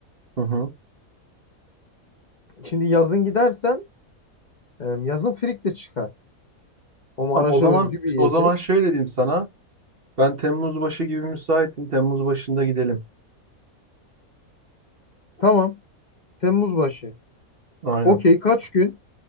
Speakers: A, on the right; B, on the left.
A: Hı hı.
B: Şimdi yazın gidersen e, yazın frik de çıkar. O Maraş'a
A: Tamam, o zaman
B: özgü bir yiyecek.
A: o zaman şöyle diyeyim sana. Ben Temmuz başı gibi müsaitim. Temmuz başında gidelim.
B: Tamam. Temmuz başı.
A: Aynen.
B: Okey kaç gün